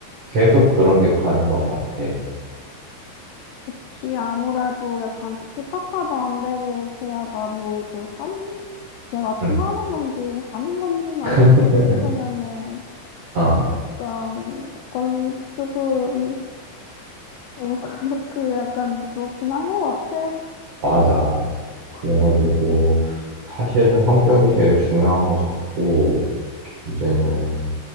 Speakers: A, on the right; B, on the left.
A: 계속 그런 게 가는 것 같아.
B: 지 아무래도 약간 티키타카도 안 되고, 대화가 뭐 이걸 한, 대화가 통하는
A: 응.
B: 건지, 하는 건지, 마는
A: <laughs>
B: 건지 싶으면은,
A: 아,
B: 약간, 약간 조금, <laughs> 그 약간 그렇긴 한 것 같아.
A: 맞아. 그래가지고 사실은 성격이 제일 중요한 것 같고 이제는